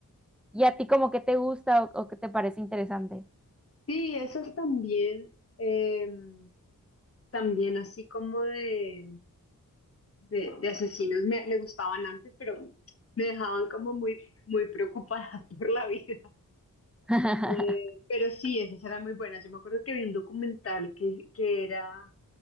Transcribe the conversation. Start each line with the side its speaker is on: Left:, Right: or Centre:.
Centre: y a ti como que te gusta o o qué te parece interesante.
Left: Sí, esas también, em, también así como de de, de asesinos me, me gustaban antes, pero me dejaban como muy, muy preocupada <laughs> por la vida.
Centre: <laughs>
Left: Eh, pero sí, esas eran muy buenas. Yo me acuerdo que vi un documental que, que era